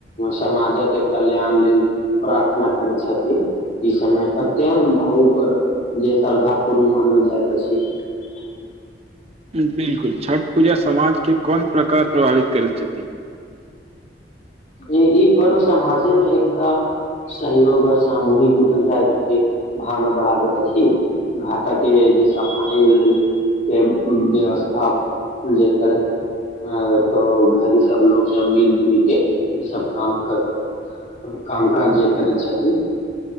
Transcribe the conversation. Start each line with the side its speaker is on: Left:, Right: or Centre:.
Left: समाजके कल्याण लेल प्रार्थना करै छथिन ई समय अत्यन्त भावुक आओर जे श्रद्धा पूर्ण मानल जाइत अछि। <unintelligible>
Right: बिलकुल छठ पूजा समाजके कोन प्रकार प्रभावित करैत छथि। <unintelligible>
Left: ई पर्व समाजेमे एकटा सहयोग आर सामूहिक उत्तरदायित्व के भावना बढ़ाबैत अछि घाटक के जे सफाइ लेल के व्यवस्था जे करैत- अ तऽ घर सब लोको सब मिल जुल के। ई सब काम कर काम काज जे करैत छथि। <unintelligible>